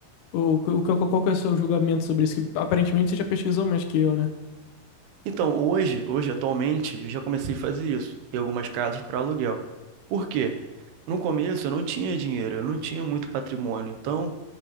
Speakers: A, on the left (about 85°); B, on the right (about 80°).
A: ou, o qual, qual que é o seu julgamento sobre isso? Que aparentemente você já pesquisou mais que eu, né?
B: Então, hoje, hoje, atualmente, eu já comecei a fazer isso, ter algumas casas para aluguel. Por quê? No começo eu não tinha dinheiro, eu não tinha muito patrimônio. Então,